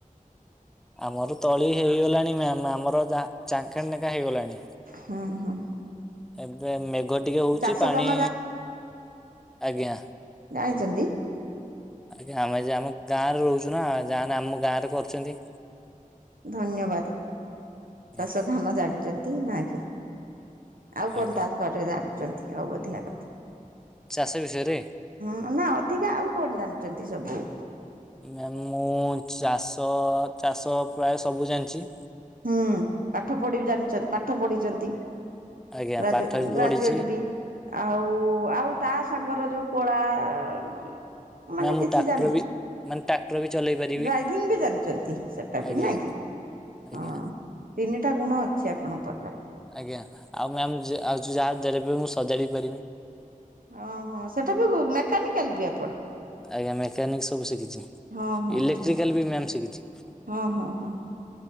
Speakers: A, in the centre; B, on the right (about 85°).
A: ଆମର ତଳି ହେଇଗଲାଣି ମ୍ୟାମ ଆମର ଜାଁ ଚାଙ୍ଖେଡ଼େ ନେଖା ହେଇଗଲାଣି।
B: ହୁଁ ହୁଁ।
A: ଏବେ ମେଘ ଟିକେ ହୋଉଚି
B: ଚାଷ
A: ପାଣି
B: କାମ
A: ଆଜ୍ଞା।
B: ଜାଣିଚନ୍ତି?
A: ଆଜ୍ଞା ଆମେ ଯେ ଆମ ଗାଁରେ ରହୁଚୁ ନାଁ ଯାହା ହେନେ ଆମ ଗାଁରେ କରିୁଚନ୍ତି।
B: ଧନ୍ୟବାଦ
A: ଆଜ୍ଞା
B: ଚାଷ କାମ ଜାଣିଚନ୍ତି ନାଁ କି? ଆଉ
A: ଆଜ୍ଞା।
B: କଣ ତା ସଅରେ ଜାଣିଚନ୍ତି ଆଉ ଅଧିକା କଥା?
A: ଚାଷ ବିଷୟରେ
B: ହୁଁ ନାଁ ଅଧିକା ଆଉ କଣ ଜାଣିଚନ୍ତି ସବୁ?
A: ମ୍ୟାମ୍ ମୁଁ ଚାଷ ଚାଷ ପ୍ରାୟ ସବୁ ଜାଣିଚି।
B: ହୁଁ ପାଠ ପଢ଼ି ଜାଣିଚ ପାଠ ପଢିଚନ୍ତି।
A: ଆଜ୍ଞା
B: ଗ୍ରାଜୁଏ
A: ପାଠ ବି
B: ଗ୍ରାଜୁଏଟ
A: ପଢିଛି
B: ବି। ଆଉ ଆଉ ତା ସାଙ୍ଗର ଯୋଉ କଳା ଉଁ ମାନେ
A: ମ୍ୟାମ୍ ମୁଁ
B: କିଛି
A: ଟ୍ରାକ୍ଟର
B: ଜାଣିବା।
A: ବି ମାନେ ଟ୍ରାକ୍ଟର ବି ଚଲେଇ ପାରିବି
B: ଡ୍ରାଇଭିଂ ବି ଜାଣିଚନ୍ତି ସେଟା
A: ଆଜ୍ଞା
B: ବି ନାଇଁ କି?
A: ଆଜ୍ଞା
B: ହଁ ତିନିଟା ଗୁଣ ଅଛି ଆପଣ ପାଖରେ।
A: ଆଜ୍ଞା ଆଉ ମ୍ୟାମ ଯେ ଆଉ ଜୁ ଯାହା ଦେଲେ ବି ମୁଁ ସଜାଡ଼ି ପାରିମି।
B: ଅହଁ ସେଟା ବି ମେକାନିକାଲ ବି ଆପଣ?
A: ଆଜ୍ଞା ମେକାନିକ୍ ସବୁ ଶିକିଚି
B: ହଁ ହଁ
A: ଇଲେକ୍ଟ୍ରିକାଲ
B: ଯା
A: ବି ମ୍ୟାମ୍ ଶିକିଚି।
B: ହଁ ହଁ ହଁ